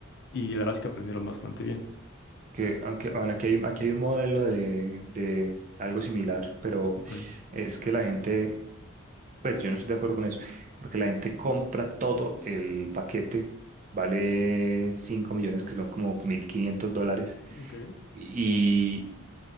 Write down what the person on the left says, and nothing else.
y la verdad es que aprendieron bastante bien.
Ok.
Ok,